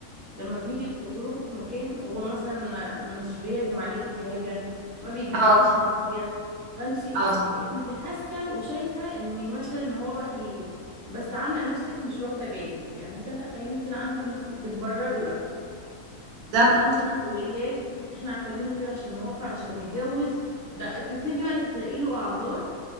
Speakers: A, on the right; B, on the right.
A: لما بنيجي تخرجوا في مكان هو مثلا ما مش بيعزم عليكي بحاجه ما بيجيبلكيش
B: اه
A: هديه فانت
B: اه
A: انت حاسه وشايفه ان مثلا ان هو بخيل بس عامله نفسك مش واخده بالك يعني ده لا يمكن عنده مسؤول بتبرري بقى
B: بالظبط
A: عنده مسؤوليات احنا خلينا كده عشان نوفر عشان نتجوز ده تبتدي بقى تخلقي له اعذار